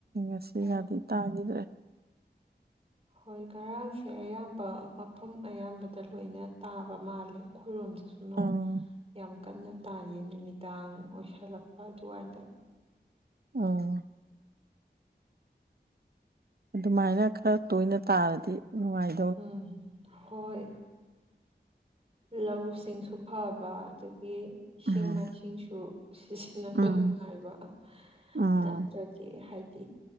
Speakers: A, on the right; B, on the right.
A: ꯉꯁꯤꯒꯗꯤ
B: ꯎꯝ
A: ꯇꯥꯈꯤꯗ꯭ꯔꯦ
B: ꯍꯣꯏ ꯉꯔꯥꯡꯁꯦ ꯑꯌꯥꯝꯕ ꯃꯐꯝ ꯑꯌꯥꯝꯕꯗ ꯂꯣꯏꯅ ꯇꯥꯕ ꯃꯥꯜꯂꯦ ꯑꯩꯈꯣꯏꯔꯣꯝꯁꯨ ꯅꯣꯡ
A: ꯎꯝ
B: ꯌꯥꯝ ꯀꯟꯅ ꯇꯥꯏꯌꯦ ꯅꯨꯃꯤꯗꯥꯡ ꯑꯣꯏꯁꯜꯂꯛꯄ ꯑꯗꯨꯋꯥꯏꯗ
A: ꯑꯝ ꯑꯗꯨꯃꯥꯏꯅ ꯈꯔ ꯇꯣꯏꯅ ꯇꯥꯔꯗꯤ ꯅꯨꯡꯉꯥꯏ
B: ꯎꯝ ꯍꯣꯏ ꯂꯧꯁꯤꯡꯁꯨ ꯐꯕ ꯑꯗꯨ ꯒꯤ ꯏꯁꯤꯡ
A: ꯎꯝ
B: ꯃꯥꯏꯁꯤꯡꯁꯨ ꯁꯤꯖꯤꯟꯅꯕ
A: ꯎꯝ
B: ꯅꯨꯡꯉꯥꯏꯕ
A: ꯎꯝ
B: ꯅꯠꯇ꯭ꯔꯥꯗꯤ ꯍꯥꯏꯗꯤ